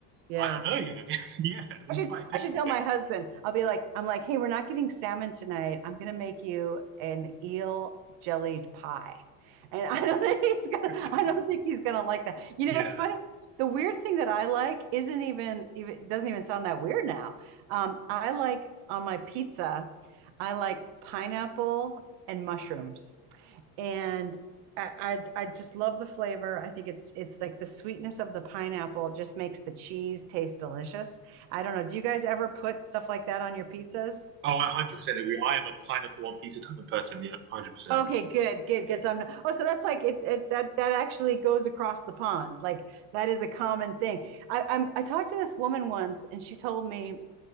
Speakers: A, on the right (about 65°); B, on the right (about 30°).
A: Yeah.
B: I don't know even. <laughs> Yeah, it's
A: I should
B: quite a difficult
A: I should tell
B: thing.
A: my husband. I'll be like, I'm like, hey, we're not getting salmon tonight. I'm gonna make you an eel jellied pie. And I don't <laughs> think he's gonna
B: <laughs>
A: I don't think he's gonna like that. You
B: Yeah.
A: know, it's funny. The weird thing that I like isn't even even doesn't even sound that weird now. Um, I like on my pizza, I like pineapple and mushrooms. and I, I I just love the flavor. I think it's it's like the sweetness of the pineapple just makes the cheese taste delicious. I don't know. Do you guys ever put stuff like that on your pizzas?
B: Oh, I 100% agree. I am a pineapple one pizza type of person. Yeah, 100%.
A: Okay, good, good. Because I'm not, oh, so that's like it, it that that actually goes across the pond. Like that is a common thing. I I'm, I talked to this woman once, and she told me